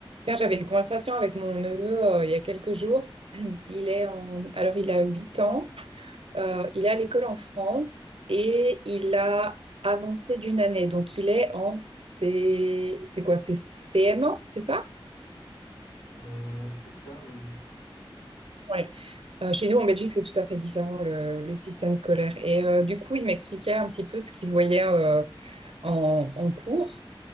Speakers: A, on the right (about 80°); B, on the left (about 70°).
A: Là, j'avais une conversation avec mon neveu euh, il y a quelques jours. <clears throat> Il est en... Alors, il a 8 ans. Euh, il est à l'école en France et il a avancé d'une année. Donc, il est en C... C'est quoi? C'est CM1, c'est ça?
B: Euh, c'est ça, oui, oui.
A: Ouais. Euh, chez nous, en Belgique, c'est tout à fait différent, le, le système scolaire. Et euh, du coup, il m'expliquait un petit peu ce qu'il voyait euh, en, en cours.